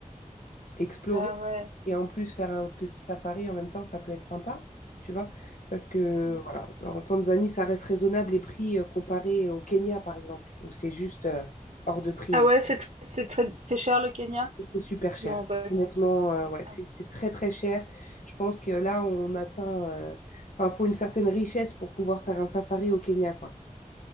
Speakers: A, on the left; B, on the right.
A: explorer
B: Ah ouais.
A: et en plus faire un petit safari en même temps, ça peut être sympa, tu vois, parce que
B: Hmm.
A: voilà, en Tanzanie, ça reste raisonnable les prix euh, comparés au Kenya, par exemple, où c'est juste euh, hors de prix.
B: Ah ouais, c'est tr- c'est très- c'est cher le Kenya?
A: C'est super
B: Je
A: cher.
B: m'en rends pas
A: Honnêtement,
B: compte.
A: euh, ouais, c'est
B: Ah,
A: c'est très très cher. Je pense que là, on atteint. euh, Enfin, faut une certaine richesse pour pouvoir faire un safari au Kenya, quoi.